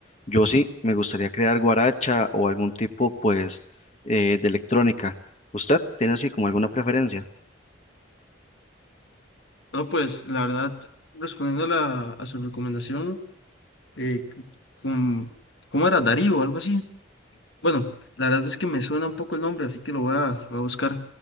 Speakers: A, on the left; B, on the left.
A: Yo sí, me gustaría crear guaracha o algún tipo pues eh, de electrónica. ¿Usted tiene así como alguna preferencia?
B: No, pues la verdad, respondiendo a, la- a su recomendación, eh, con ¿cómo era? Darío o algo así. Bueno, la verdad es que me suena un poco el nombre, así que lo voy a, voy a buscar.